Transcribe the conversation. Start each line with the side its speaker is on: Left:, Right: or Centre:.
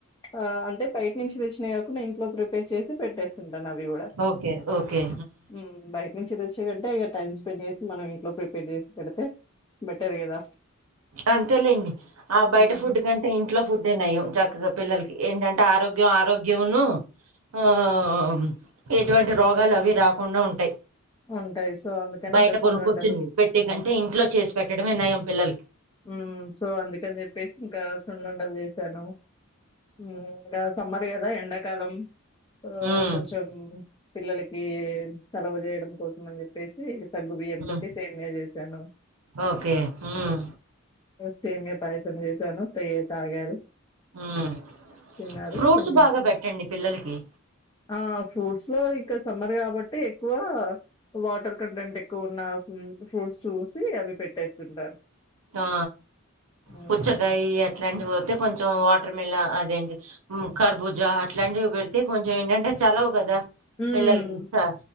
Left: ఆ అంటే బైట్ నుంచి తెచ్చినవి కాకుండా ఇంట్లో ప్రిపేర్ చేసి పెట్టేస్తుంటాను అవి గూడా
Right: ఓకే ఓకే
Left: ఉమ్ బైట్ నుంచి తెచ్చే అంటే ఇగ టైమ్ స్పెండ్ చేసి మనం ఇంట్లో ప్రిపేర్ చేసి పెడితే బెటర్ గదా
Right: అంతేలేండి ఆ బయట
Left: హ్మ్.
Right: ఫుడ్ కంటే ఇంట్లో ఫుడ్డే నయం చ క్కగా పిల్లలకి ఏంటంటే ఆరోగ్యం ఆరోగ్యంను ఆ ఆ ఆ ఎటువంటి రోగాలు అవి రాకుండా ఉంటాయి
Left: ఉంటాయి. సో, అందుకని
Right: బైట
Left: ఇంకా సున్నుండలు.
Right: కొనుకొచ్చినవి పెట్టే కంటే ఇంట్లో చేసి పెట్టడమే నయం పిల్లలకి
Left: ఉమ్ సో అందుకని చెప్పేసి ఇంకా సున్నుండలు చేసాను ఉమ్ ఇంకా సమ్మర్ గదా ఎండాకాలం ఆ
Right: ఉమ్
Left: కొంచెం పిల్లలకి చలవ జేయడం కోసం అని జెప్పేసి సగ్గు బియ్యం
Right: ఉమ్
Left: తోటి సేమ్య జేశాను
Right: ఓకే ఉమ్
Left: సేమ్య పాయాసం చేసాను పేయ తాగారు
Right: ఉమ్
Left: తిన్నారు.
Right: ఫ్రూట్స్
Left: సున్నుండలు.
Right: బాగా పెట్టండి పిల్లలకి
Left: ఆ ఫ్రూట్స్ లో ఇంకా సమ్మర్ గాబట్టి ఎక్కువ వాటర్ కంటెంట్ ఎక్కువ ఉన్నా ఫ్రూట్స్ చూసి అవి పెట్టేస్తుంటాను
Right: ఆ
Left: హ్మ్.
Right: పుచ్చకాయి అట్లాంటివి ఐతే కొంచెం వా టర్ మిలా అదేంటి కర్బూజ అట్లాంటివి పెడితే కొంచెం ఏంటంటే చలవ గదా
Left: హ్మ్.
Right: పిల్లలకి ఆ